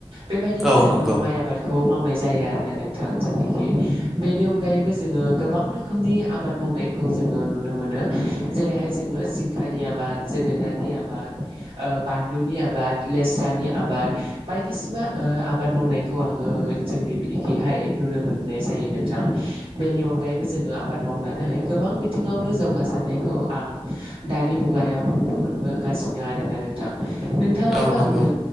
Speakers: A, on the right; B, in the centre.
A: बेबायदिनो
B: औ
A: जोङो
B: नंगौ
A: माइ आबादखौ मावनाय जायो आरोना नोंथां जोंनिखि। बेनि अनगायैबो जोङो गोबां रोखोमनि आबाद मावनायखौ जोङो नुनो मोनो जेरैहाय जोङो जिंखानि आबाद जोगोनारनि आबाद ओ बानलुनि आबाद लेस्रानि आबाद बायदिसिमा ओ आबाद मावनायखौ आङो जोंनि एखेहाय नुनो मोननाय जायो। नोंथां बेनि अनगायैबो जोङो आबाद मावनानै गोबां बिथिङावनो जौगासारनायखौ आं दानि मुगायाव नुनो मोनबोगासिनो आरोना नोंथां। नोंथाङाबो
B: औ नंगौ
A: आंनो